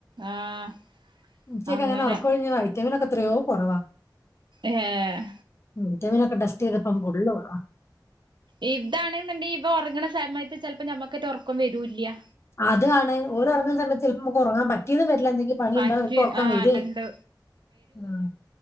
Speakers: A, on the right; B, on the left.
A: ആഹ്
B: ഉം ഉച്ചക്കങ്ങനെ
A: അങ്ങനെ
B: ഒറക്കോഴിഞ്ഞ വൈറ്റമിനൊക്കെ എത്രയോ കുറവാ.
A: ഏഹ്.
B: ഉം എന്റെ പിന്നെ ഒക്കെ ടെസ്റ്റ് ചെയ്തപ്പോ ഫുള്ള് കൊറവ.
A: ഇതാണ്ന്നുണ്ടെങ്കിൽ ഇപ്പ ഒറങ്ങണ സമയത്ത് ചിലപ്പോ നമ്മുക്കായിറ്റ് ഒറക്കം വരൂല്ല്യ.
B: അതാണ് ഓര് ഒറങ്ങ സമയ ചെലപ്പോ ഉറങ്ങാൻ പറ്റിയന്ന് വരില്ല എന്തെങ്കും പണിയുണ്ടാും
A: പറ്റ്
B: ചെലപ്പോ ഉറക്കം
A: ആഹ്
B: വരെ
A: ഉണ്ട്
B: ആഹ്.